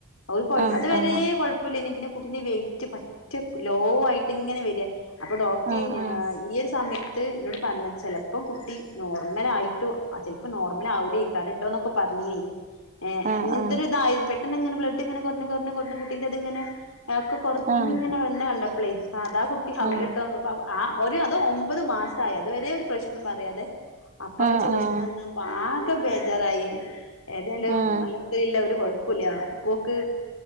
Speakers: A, on the left; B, on the right.
A: ഒരു കൊഴപ്പം
B: ആഹ്
A: അത് വരെ
B: ആഹ്
A: കുഴപ്പല്ലെയ്നി പിന്നെ കുട്ടിന്റെ വെയിറ്റ് പറ്റെ ലോ ആയിട്ട് ഇങ്ങനെ വര്യാ. അപ്പൊ ഡോക്ടർ
B: ആഹ്
A: ഞാ
B: ആഹ്
A: ഈയൊരു സമയ ത്ത് എന്നോട് പറഞ്ഞ് ചിലപ്പോകുട്ടി നോർമൽ ആയിട്ടോ ചിലപ്പോം നോർമൽ ആവൂലെക്കാരം ട്ടോ എന്നൊക്കെ പറഞ്ഞീനി. ഏഹ്
B: ആഹ്
A: അങ്ങനെത്തൊരിതായി
B: ആഹ്
A: പെട്ടെന്ന് ഇങ്ങനെ ബ്ലഡ് ഇങ്ങനെ കുറഞ്ഞ് കുറഞ്ഞ് കുറഞ്ഞ് കുട്ടിന്റെ ഇതിങ്ങനെ. ഒക്കെ കുറഞ്ഞിങ്ങനെ
B: ആഹ്
A: വന്ന കണ്ടപ്പളേ സാധാകുട്ടി അവുലട്ടോ
B: ആഹ്
A: അപ്പൊ ആഹ് ഒരു അത് ഒമ്പത് മാസമായി അതുവരെ ഒരു പ്രശ്നം പറയാതെ അപ്പം
B: ആഹ്
A: വെച്ച് പ്രശ്നം
B: ആഹ്
A: പറഞ്ഞാപ്പോ ആക്കെ ബേജാറായി ഏതായാലും
B: ആഹ്
A: ന ല്ല ഒരു കൊഴപ്പില്ല ഇപ്പോ ഓക്ക്